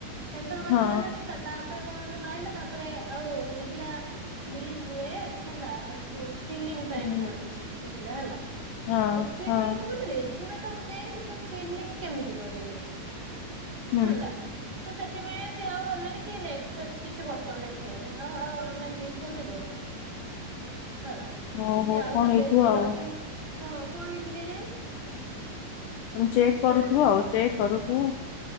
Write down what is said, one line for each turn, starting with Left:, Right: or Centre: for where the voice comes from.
Right: ସେଣ୍ଟରରୁ ବାଛୁଥିଲା
Left: ହଁ
Right: ତାରେ ତା ତାପରେ କଁ ହେଲା ମାଇଲା ତାପରେ ଆଉ ଲେଖିଲା ପ୍ଲିଜ ୱେଟ୍‌ହେଲା। ଯୋଉ ସ୍କ୍ରିଲିଙ୍ଗ ଟା ଏମିତି
Left: ହୁଁ
Right: ଗୋଟେ କିଛି ଦେଖିଲା ହେଲା
Left: ହଁ
Right: ଯୋଉ ସ୍କ୍ରିଲିଙ୍ଗ
Left: ହଁ
Right: ମୁଁ କହିଲି ରେ ସେଗୁଡା ତ ମୁଁ ଦେଇନି ସ୍କ୍ରିଲିନିଂ କେମିତି କରିବେ
Left: ହୁଁ
Right: ହେଲା। ତ ସେଥିପାଇଁ। ତ ସିଏ ଆଉ ହେଲାଣି କି ନେଷ୍ଟ ଫେଷ୍ଟ କିଛି ବଟମ ଦେଖେଇନି ଆଉ ଆଉ ଆମେ କ୍ଲିକ୍ କୋଉଠି କରିବୁ। ହେଲା
Left: ଓହୋ
Right: ଯଦି ଆଉଥରେ
Left: କଣ ହେଇଥିବ
Right: ଦେଖିଦବା
Left: ଆଉ
Right: କେମ ହଁ କଣ ହେଇଛି କେଯାଣି।
Left: ତମେ ଚେକ୍
Right: ହୁଁ
Left: କରୁଥିବ ଆଉ ଚେକ୍ କରୁଥିବ